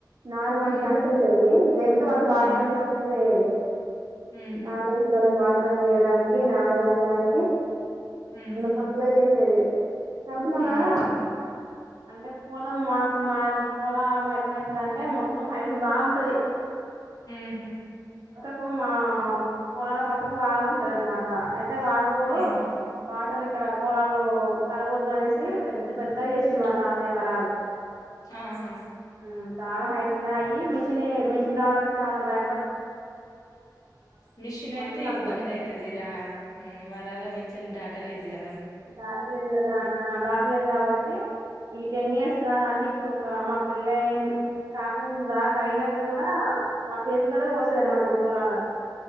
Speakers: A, on the right; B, on the left.
A: నారు పంచడానికి
B: ఉమ్
A: వెళ్ళేది లేకపోతే వాళ్ళకి వాటరు
B: ఉమ్
A: అందిస్తా అని వోయేది
B: ఉహు
A: నాటు ఏసేటోలకు వా రన్ తీయడానికి నారు వంచడానికి
B: ఉమ్ హు
A: పనులకు చేేసేదే సౌటుమన్నదా
B: ఉమ్
A: అంటే పోలం మా మాది పోలం ఎట్లాంటిది అంటే మొత్తం హైట్ బాగ వుంటది.
B: ఉమ్ హు
A: కు మా పోలాల పక్క ఒక్క ను వాగు ఉంటది అనమాట అయితే వాగు
B: ఉహు
A: వాటర్ ఆ పొలాల్లో తడవద్దు అనేసి పెద్ద పెద్ద గా చేసిర్రు మా తాతయ్యవరాలు
B: ఆహా
A: హ్మ్ చాలా హైట్ ఉన్నాయి అయి మీ మిషిని మిషన్ రావడానికి చాలా భయం
B: మిషన్
A: మంటలు
B: అయితే
A: కనబడవు
B: ఇబ్బంది అయితది రా హ్మ్ వరాల మించల్ దాటలేదు గా
A: దాటలు వినరా ఆ దాట్ ఉల్లెన్ గవాన్ అంటే ఈ టెన్ ఇయర్స్ దాకా అంటే ఇప్ ఒక మా పెళ్లి అయిన్ కాకముందు నాకు అయినంక కూడా ఆ వాళ్ చేతులు తోటే కోషు మంచిది అనమాట మ పొలాల